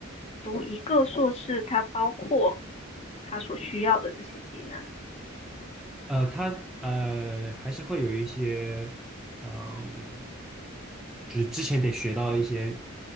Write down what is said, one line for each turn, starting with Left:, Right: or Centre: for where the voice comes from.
Left: 读一个硕士，它包括它所需要的这些技能
Centre: 呃，他呃还是会有一些，嗯，就是之前得学到一些